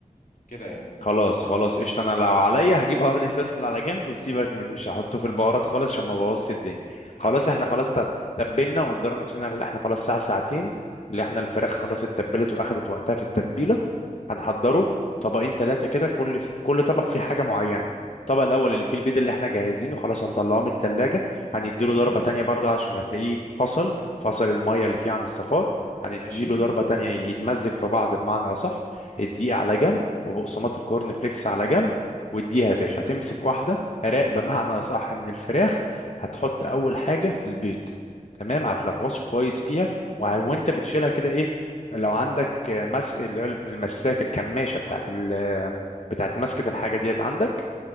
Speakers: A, on the left; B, on the left.
A: كده يعني
B: خلاص خلاص قشطة انا لو عليا هجيب قرن فلفل على جنب وسيبك من مش هحطه في البهارات خالص عشان ما بوظش الدنيا
A: حبيبي
B: خلاص احنا خلاص تب- تبلنا وقدرنا نفسنا اللي احنا خلاص ساعة ساعتين اللي احنا الفراخ خلاص اتبلت واخدت وقتها في التتبيلة هنحضره طبقين ثلاثة كده كل في... كل طبق فيه حاجة معينة الطبق الأول اللي فيه البيض اللي احنا جاهزينه خلاص هنطلعه من التلاجة هنديله
A: ماشي
B: ضربة تانية برضو عشان هتلاقيه فصل فصل المية اللي فيه عن الصفار هنديله
A: ماشي
B: ضربة تانية يتمزج في بعض بمعنى أصح الدقيق على جنب وبقسماط الكورن فليكس على جنب واديها يا باشا هتمسك واحدة راق بمعنى أصح من الفراخ هتحط أول حاجة في البيض تمام هتلغوصه كويس فيها وه- وانت بتشيلها كده ايه لو عندك مس اللي هو المساك الكماشة بتاعت ال بتاعت مسكة الحاجة ديت عندك